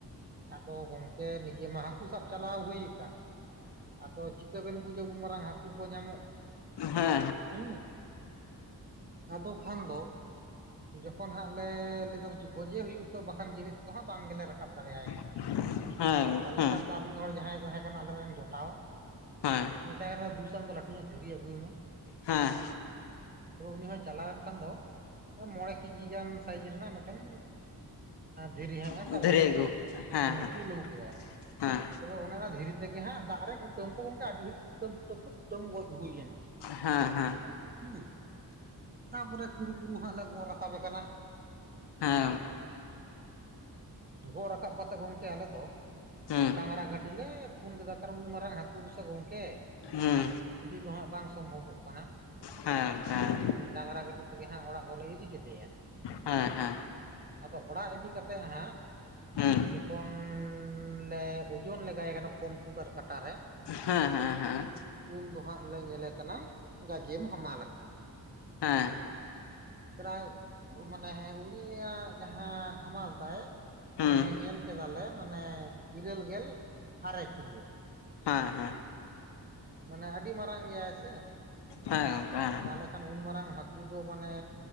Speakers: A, on the right (about 25°); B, on the left (about 85°).
A: ᱟᱫᱚ ᱜᱚᱝᱠᱮ ᱱᱤᱡᱮ ᱢᱟ ᱦᱟᱹᱠᱩ ᱥᱟᱵ ᱪᱟᱞᱟᱣ ᱦᱩᱭ ᱠᱟᱱ, ᱟᱫᱚ ᱪᱤ ᱠᱟᱹ ᱵᱮᱱ ᱵᱩᱡᱟ ᱩᱱ ᱢᱟᱨᱟᱝ ᱦᱟᱹᱠᱩ ᱠᱚ ᱧᱟᱢᱚᱜᱼᱟ,
B: ᱦᱮᱸ ᱦᱮᱸ
A: ᱦᱩ᱾ ᱟᱫᱚ ᱠᱷᱟᱱ ᱫᱚ ᱡᱚᱠᱷᱚᱱ ᱦᱟᱸᱜ ᱞᱮ ᱞᱟᱹᱭᱫᱟ ᱯᱟᱪᱮ ᱜᱚᱡᱮ ᱦᱩᱭᱩᱜ-ᱟ ᱛᱚ ᱵᱟᱠᱷᱟᱱ ᱡᱮᱣᱮᱛ ᱛᱮᱫᱚ ᱦᱟᱸᱜ ᱵᱟᱝᱜᱮᱞᱮ ᱨᱟᱠᱟᱵ ᱫᱟᱲᱮᱭᱟᱭ ᱠᱟᱱᱟ᱾
B: <inaudible>
A: ᱛᱟᱞᱦᱮ
B: ᱦᱮᱸ
A: ᱠᱷᱟᱱ ᱫᱚ ᱟᱨ ᱢᱤᱫ ᱦᱚᱲ ᱡᱟᱦᱟᱸᱭᱮ ᱛᱟᱦᱮᱸ ᱠᱟᱱᱟ ᱟᱞᱮᱨᱮᱱ ᱡᱚᱴᱟᱣ
B: ᱦᱮᱸ
A: ᱢᱮᱛᱟᱭ ᱠᱟᱱᱟ ᱞᱮ ᱫᱩᱥᱮ ᱟᱢ ᱫᱚ ᱞᱟᱹᱴᱩ ᱧᱚᱜ ᱫᱷᱤᱨᱤ ᱟᱹᱜᱩᱭ ᱢᱮ᱾
B: ᱦᱮᱸ᱾
A: ᱛᱚᱵᱮ ᱩᱱᱤ ᱦᱚᱸᱭ ᱪᱟᱞᱟᱣ ᱮᱱ ᱠᱷᱟᱱ ᱫᱚ ᱮᱸ ᱢᱚᱬᱮ ᱠᱮᱡᱤ ᱜᱟᱱ ᱥᱟᱭᱤᱡ ᱨᱮᱱᱟᱜ ᱢᱤᱫᱴᱮᱱ ᱫᱷᱤᱨᱤ ᱦᱟᱸᱜ ᱮ
B: ᱫᱷᱤᱨᱤ
A: ᱥᱟᱵ ᱟᱹᱜᱩ ᱠᱮᱫᱟ᱾
B: ᱦᱮᱸ
A: ᱦᱩᱸ ᱛᱩᱞ ᱟᱹᱜᱩ ᱠᱮᱫᱟᱭ
B: ᱦᱮᱸ
A: ᱛᱚᱵᱮ ᱚᱱᱮ ᱚᱱᱟ ᱫᱷᱤᱨᱤ ᱛᱮᱜᱮ ᱦᱟᱸᱜ ᱫᱟᱜ ᱨᱮ ᱠᱩᱴᱟᱹᱢ ᱛᱚ ᱠᱮ ᱟᱹᱰᱤ ᱜᱷᱟᱹᱲᱤᱡ ᱠᱩᱴᱟᱹᱢ ᱠᱩᱴᱟᱹᱢ ᱛᱮ ᱠᱩᱴᱟᱹᱢ ᱜᱚᱡ ᱦᱩᱭ ᱞᱮᱱᱟ᱾
B: ᱦᱮᱸ ᱦᱮᱸ᱾
A: ᱦᱩᱸ ᱛᱟᱯᱚᱨᱮ ᱠᱩᱨᱩ ᱠᱩᱨᱩ ᱦᱟᱸᱜ ᱞᱮ ᱜᱚᱜ ᱨᱟᱠᱟᱵᱮ ᱠᱟᱱᱟ᱾
B: ᱦᱮᱸ᱾
A: ᱜᱚᱜ ᱨᱟᱠᱟᱵ ᱠᱟᱛᱮ ᱜᱚᱝᱠᱮ ᱟᱞᱮ ᱫᱚ
B: ᱦᱩᱸ
A: ᱰᱟᱝᱨᱟ ᱜᱟᱹᱰᱤ ᱞᱮ ᱯᱷᱳᱱ ᱠᱮᱫᱟ ᱠᱟᱨᱚᱱ ᱩᱱ ᱢᱟᱨᱟᱝ ᱦᱟᱹᱠᱩ ᱫᱚ ᱜᱚᱝᱠᱮ
B: ᱦᱩᱸ
A: ᱤᱫᱤ ᱫᱚ ᱦᱟᱸᱜ ᱵᱟᱝ ᱥᱚᱢᱵᱷᱚᱵᱚᱜ ᱠᱟᱱᱟ᱾
B: ᱦᱮᱸ ᱦᱮᱸ᱾
A: ᱦᱩᱸ, ᱰᱟᱝᱨᱟ ᱜᱟᱹᱰᱤ ᱛᱮᱜᱮ ᱦᱟᱸᱜ ᱚᱲᱟᱜ ᱫᱚᱞᱮ ᱤᱫᱤ ᱠᱮᱫᱮᱭᱟ᱾
B: ᱦᱮᱸ ᱦᱮᱸ᱾
A: ᱟᱫᱚ ᱚᱲᱟᱜ ᱤᱫᱤ ᱠᱟᱛᱮᱜ ᱦᱟᱸᱜ
B: ᱦᱩᱸ
A: ᱡᱚᱠᱷᱚᱱ ᱞᱮ ᱳᱡᱚᱱ ᱞᱮᱜᱟᱭᱮ ᱠᱟᱱᱟ ᱠᱚᱢᱯᱩᱴᱟᱨ ᱠᱟᱴᱟ ᱨᱮ,
B: ᱦᱮᱸ ᱦᱮᱸ ᱦᱮᱸ᱾
A: ᱩᱱ ᱫᱚ ᱦᱟᱸᱜ ᱞᱮ ᱧᱮᱞᱮ ᱠᱟᱱᱟ ᱜᱟᱡᱮᱢ ᱦᱟᱢᱟᱞᱟᱠᱟᱱ᱾
B: ᱮᱸ᱾
A: ᱯᱨᱟᱭ ᱢᱟᱱᱮ ᱩᱱᱤᱭᱟᱜ ᱡᱟᱦᱟᱸ ᱦᱟᱢᱟᱞ ᱛᱟᱭ,
B: ᱦᱩᱸ
A: ᱮᱸ
B: ᱦᱮᱸ ᱦᱮᱸ
A: ᱧᱮᱞ ᱠᱮᱫᱟ ᱞᱮ ᱢᱟᱱᱮ ᱤᱨᱟᱹᱞ ᱜᱮᱞ ᱟᱨᱮ ᱠᱤᱞᱳ᱾
B: ᱦᱮᱸ ᱦᱮᱸ᱾
A: ᱢᱟᱱᱮ ᱟᱹᱰᱤ ᱢᱟᱨᱟᱝ ᱜᱮᱭᱟᱭ ᱥᱮ᱾
B: ᱦᱮᱸ ᱜᱚᱝᱠᱮ ᱦᱮᱸ᱾
A: ᱛᱟᱦᱚᱞᱮ ᱠᱷᱟᱱ ᱩᱱ ᱢᱟᱨᱟᱝ ᱦᱟᱹᱠᱩ ᱫᱚ ᱢᱟᱱᱮ